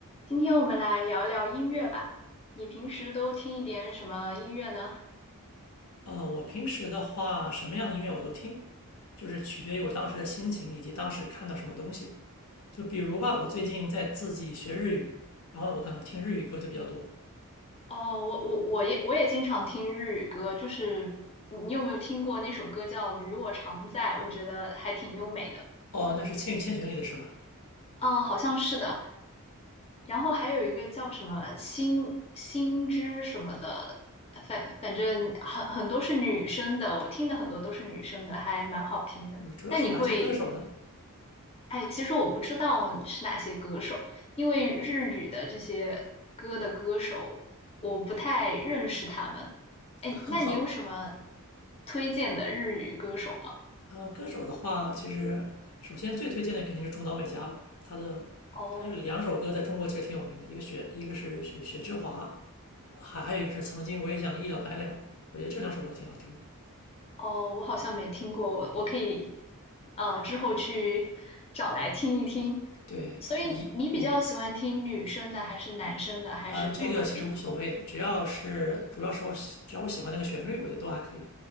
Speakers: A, on the left; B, on the left.
A: 今天我们来聊聊音乐吧。你平时都听一点什么音乐呢？
B: 呃，我平时的话，什么样的音乐我都听，就是取决于我当时的心情以及当时看到什么东西。就比如吧，我最近在自己学日语，然后我可能听日语歌就比较多。
A: 哦，我我我也我也经常听日语歌，就是你你有没有听过那首歌叫《与我常在》？我觉得还挺优美的。
B: 哦，那是《千与千寻》里的是吧？
A: 嗯，好像是的。然后还有一个叫什么心心之什么的，反反正很很多是女生的，我听的很多都是女生的，还蛮好听的。
B: 嗯，主要是哪些歌手呢？
A: 那你会哎，其实我不知道是哪些歌手，因为日语的这些歌的歌手，我不太认识他们。哎，
B: <laughs>
A: 那你有什么
B: 好吧，
A: 推荐的日语歌手吗？
B: 呃，歌手的话，其实首先最推荐的肯定是中岛美嘉吧，她的她有两首歌在中国其实挺有名的，
A: 哦
B: 一个雪，一个是雪雪之华，还还有一个是曾经我也想一了百了，我觉得这两首歌挺好听的。
A: 哦，我好像没听过，我我可以呃之后去找来听一听。
B: 对，
A: 所以你比较喜欢听女生的，
B: 一嗯，
A: 还是男生的，还是都可以？
B: 嗯，这个其实无所谓的，只要是主要是我喜，只要我喜欢那个旋律，我觉得都还可以。